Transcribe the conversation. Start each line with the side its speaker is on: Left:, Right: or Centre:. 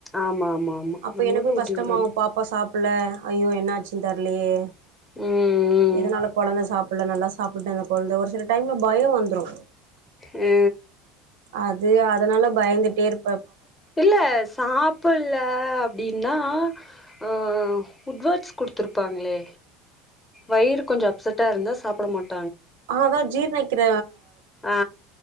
Left: ஆமா ஆமா ஆமா
Right: அப்ப
Left: நம்மதா
Right: எனக்கு
Left: ஊட்டி
Right: கஷ்டமாவு
Left: விடணு
Right: பாப்பா சாப் புல்ல ஐயோ என்ன ஆச்சுன் தெர் லியே
Left: ம்
Right: எதுனால
Left: ம்
Right: கொழந்த சாப் புல்ல நல்லா சாப்புட்ட அந்த கொழ்ந்த ஒரு சில டைம்ல பய வந்துரு
Left: ம்‌
Right: அது அதனால பயந்துட்டே இருப்
Left: இல்ல சாப்புல்ல அப்டின் னா ஆ உட்வட்ஸ் குடுத்துருப்பாங்ளே வயிறு கொஞ்சொ அப்செட்டா இருந்தா சாப்புட மாட்
Right: ஆ அதா ஜீர்னக் கிற
Left: ஆ